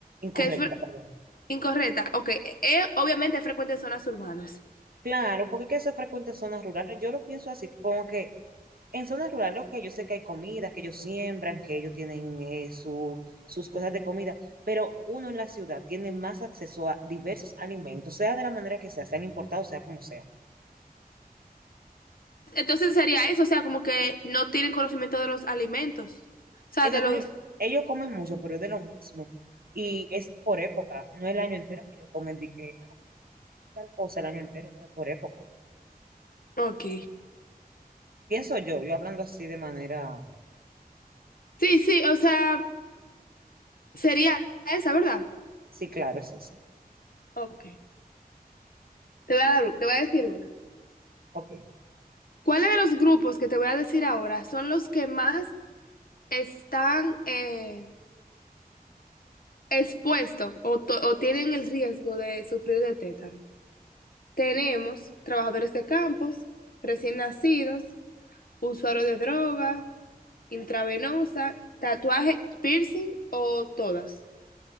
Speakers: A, on the right; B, on the left.
A: Incorrecta,
B: que es fre-
A: perdón.
B: incorrecta. Ok, eh, obviamente es frecuente en zonas urbanas.
A: Claro, porque que eso es frecuente en zonas rurales. Yo lo pienso así, como que En zonas rurales, ok, yo sé que hay comida, que ellos siembran, que ellos tienen eh, su- sus cosas de comida, pero uno en la ciudad tiene más acceso a diversos alimentos, sea de la manera que sea, sean importados, sea como sea.
B: Entonces sería eso, o sea, como que no tienen conocimiento de los alimentos. O sea,
A: Exacto,
B: de los...
A: yo- ellos comen mucho, pero es de lo mismo. Y es por época, no el año entero que ellos comen, de que ah, tal cosa el año entero, no es por época.
B: Ok.
A: Pienso yo, yo hablando así de manera,
B: Sí, sí, o sea, sería esa, ¿verdad?
A: sí, claro, es eso.
B: Ok. Te voy a dar, te voy a decir una.
A: Ok.
B: ¿Cuáles de los grupos que te voy a decir ahora son los que más están eh, expuestos o, to- o tienen el riesgo de sufrir de tétano? Tenemos trabajadores de campos, recién nacidos, usuarios de droga, intravenosa, tatuaje, piercing o todas.